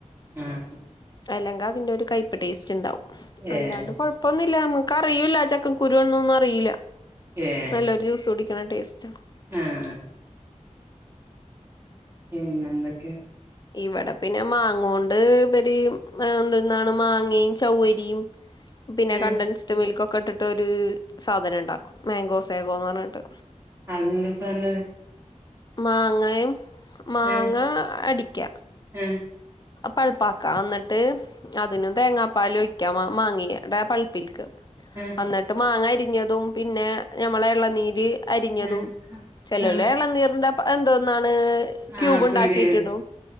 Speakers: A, on the right (about 20°); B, on the left (about 35°).
A: ഉം
B: അല്ലെങ്കിൽ അതിന്റെ ഒരു കയ്പ്പ് ടേസ്റ്റ്ണ്ടാവും
A: ഏഹ്
B: അല്ലാണ്ട് കൊഴ ഴപ്പോന്നില്ല നമക്കറിയൂല്ല ചക്ക കുരുന്നൊന്നും അറിയില്ല
A: ഏഹ്
B: കുടിക്കണ ടേസ്റ്റാണ്
A: ആഹ് ൻ എന്തക്കെ
B: ഇവിടെ പിന്നെ മാങ്ങോണ്ട് ഇവര് എന്തന്നാണ് മാങ്ങയും ചൗവ്വരിയും പിന്നെ
A: ഏഹ്
B: കണ്ടൻസ്ഡ് മിൽക്കൊക്കെ ഇട്ടിട്ട് ഒരു സാധനം ഇണ്ടാക്കും മാങ്കോസാഗോന്ന് പറഞ്ഞിട്ട്
A: <unintelligible>
B: മാങ്ങയും മാങ്ങ
A: ഏഹ്
B: അടിക്ക
A: ഏഹ്
B: പൾപ്പാക്ക എന്നിട്ട് അതിനും തേങ്ങാപ്പാലൊഴിക്കാ മാങ്ങിടെ പൾപ്പിൽക്ക്
A: ഉം
B: എന്നിട്ട് മാങ്ങ അരിഞ്ഞതും പിന്നെ ഞമ്മളെ എളനീര് അരിഞ്ഞതും
A: ഏഹ്
B: ചെല്ലോല്
A: ആഹ്
B: എളനീരിന്റെ എന്തോന്നാണ് ക്യൂബ്
A: ആഹ്
B: ഉണ്ടാക്കിട്ട്
A: പീടിയ
B: ഇടും